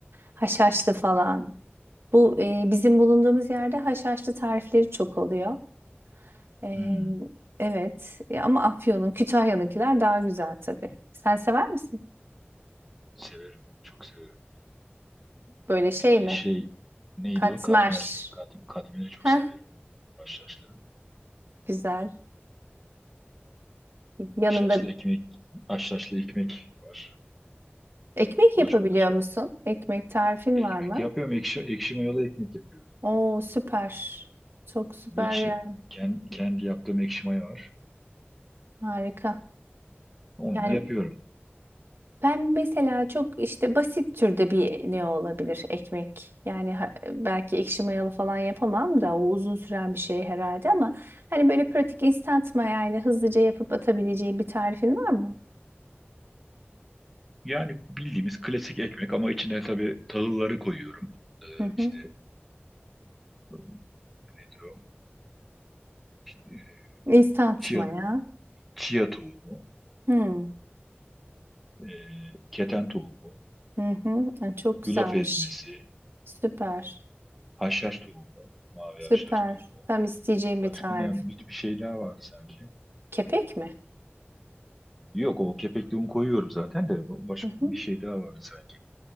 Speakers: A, on the right; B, in the centre.
A: haşhaşlı falan. Bu e, bizim bulunduğumuz yerde haşhaşlı tarifleri çok oluyor. E,
B: Hmm,
A: evet E, ama Afyon'un, Kütahya'nınkiler daha güzel tabii. Sen sever misin?
B: severim. Çok severim.
A: Böyle şey
B: Ee,
A: mi?
B: şey neydi
A: Katmer.
B: o? Katmer. Kat, katmeri çok
A: Heh,
B: severim. Haşhaşlı.
A: güzel. Yanında
B: Haşhaşlı ekmek. Haşhaşlı ekmek var.
A: ekmek
B: Bu
A: yapabiliyor
B: da çok güzel.
A: musun? Ekmek tarifin
B: Ekmek
A: var mı?
B: yapıyorum. Ekşi, ekşi mayalı ekmek yapıyorum.
A: Oo süper. Çok süper
B: Ekşi,
A: yani.
B: kendi, kendi yaptığım ekşi maya var.
A: Harika.
B: Onunla
A: Yani
B: yapıyorum.
A: ben mesela çok işte basit türde bir ne olabilir ekmek. Yani ha- belki ekşi mayalı falan yapamam da o uzun süren bir şey herhalde ama hani böyle pratik instant mayayla hızlıca yapıp atabileceğim bir tarifin var mı?
B: Yani bildiğimiz klasik ekmek ama içine tabii tahılları koyuyorum. Ee,
A: Hı hı.
B: işte nedir o? Ee,
A: Instant
B: chia,
A: maya.
B: chia tohumu,
A: Hı.
B: e, keten tohumu,
A: Hı hı. Ay, Çok güzelmiş.
B: yulaf ezmesi,
A: Süper.
B: haşhaş tohumu, mavi
A: Süper.
B: haşhaş tohumu.
A: Tam isteyeceğim
B: Başka
A: bir tarif.
B: ne? Bir, bir şey daha vardı sanki.
A: Kepek mi?
B: Yok o kepekli un koyuyorum zaten de başka
A: Hı
B: bir
A: hı.
B: şey daha vardı sanki.